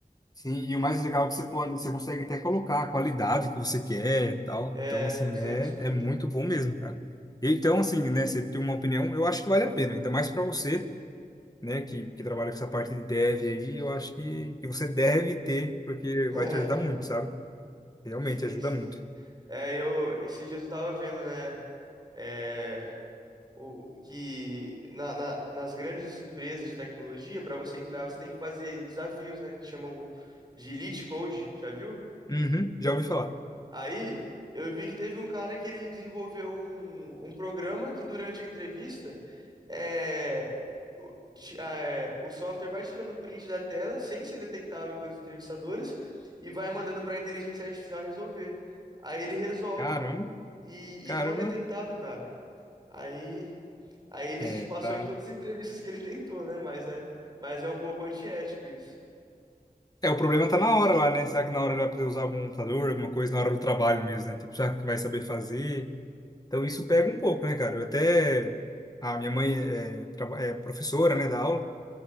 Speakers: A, on the left; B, on the right.
A: Sim, e o mais legal é que você pode, você consegue até colocar a qualidade que você quer, e tal.
B: É,
A: Então, assim,
B: consegue
A: é,
B: escolher
A: é muito
B: tudo.
A: bom mesmo, cara. E Então, assim, né, você tem uma opinião, eu acho que vale a pena, ainda mais para você, né, que, que trabalha com essa parte de dev aí, eu acho que, que você deve ter, porque
B: <laughs>
A: vai te ajudar muito, sabe? Realmente
B: Sim,
A: ajuda
B: sim.
A: muito.
B: É, eu, esses dias eu tava vendo, né? É, ou que na, na- nas grandes empresas de tecnologia, para você entrar, você tem que fazer desafios, né, que chamam de Elite Code, já viu?
A: Uhum, já ouvi falar.
B: Aí eu vi que teve um cara que ele desenvolveu um, um programa que durante a entrevista é, o ti- é, o software vai tirando print da tela sem ser detectável pelos entrevistadores e vai mandando para a inteligência artificial resolver. Aí ele resolve
A: Caramba,
B: e, e
A: caramba.
B: não é detectado, cara. Aí Aí ele
A: É,
B: se passou
A: tá.
B: em todas as entrevistas que ele tentou, né? Mas é, mas é um pouco antiético isso.
A: É, o problema tá na hora lá, né? Será que na hora ele vai poder usar algum computador, alguma coisa, na hora do trabalho mesmo, né? Tipo, será que vai saber fazer? Então isso pega um pouco, né, cara? Eu até. A minha mãe é, traba- é professora, né, da aula,